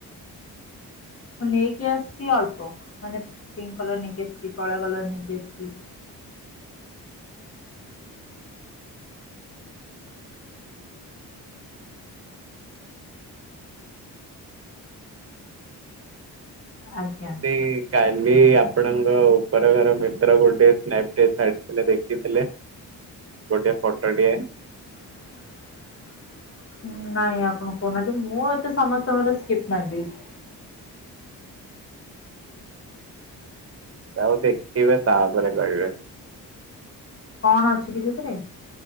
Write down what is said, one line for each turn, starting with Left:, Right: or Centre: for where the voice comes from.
Left: ହଁ ନେଇକି ଆସିଛି ଅଳ୍ପ। ମାନେ ପିଙ୍କ କଲର ନେଇକି ଆସିଛି। କଳା କଲର ନେଇକି ଆସିଛି। ଆଜ୍ଞା।
Right: ହେ କାଲି ଆପଣଙ୍କ ଉପର ଘର ମେ ର ଗୋଟେ ସ୍ନେକଟେ <unintelligible> ଦେଖିଥିଲେ ଗୋଟେ ଫଟୋଟିଏ
Left: <inaudible> ନାଇଁ ଆପଣ କହୁନାହାନ୍ତି? ମୁଁ ଏତେ ସମସ୍ତଙ୍କର ସ୍କିପ୍ ମାରିଦେଇଛି।
Right: ତାକୁ ଦେଖିବେ ତାପରେ କହିବେ।
Left: କଣ ଅଛି କି ସେଥିରେ?